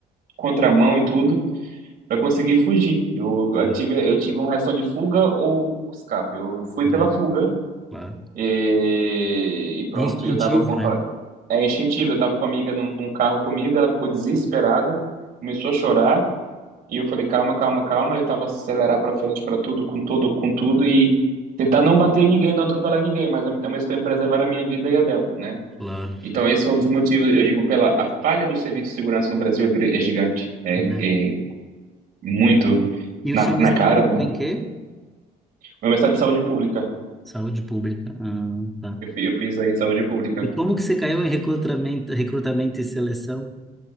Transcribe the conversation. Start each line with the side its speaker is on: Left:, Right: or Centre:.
Right: contramão e tudo, para conseguir fugir. Eu, eu
Centre: Eu-
Right: tive, eu tive uma reação de fuga ou escape. Eu fui
Centre: né,
Right: pela fuga
Centre: Claro.
Right: e, e pronto,
Centre: É instintivo,
Right: eu tava com a,
Centre: né?
Right: co- é instintivo, eu tava com a amiga num, num carro comigo, ela ficou desesperada, começou a chorar, e eu falei, calma, calma, calma, e eu tava acelerar pra frente pra tudo, com tudo, com tudo, e tentar não bater em ninguém, não atropelar ninguém, mas ao ao mesmo tempo preservar a minha vida e a dela, né?
Centre: Claro.
Right: Então esse foi um dos motivos, eu digo, pela a falha do serviço de segurança no Brasil é, gr- é gigante, é,
Centre: Né?
Right: é muito
Centre: E
Right: na,
Centre: o seu mestrado
Right: na cara, né? O
Centre: tem em quê?
Right: meu mestrado de saúde pública,
Centre: Saúde pública. Ah, tá.
Right: eu, fi- eu fiz aí em saúde pública.
Centre: E como que você caiu em recrutamento, recrutamento e seleção?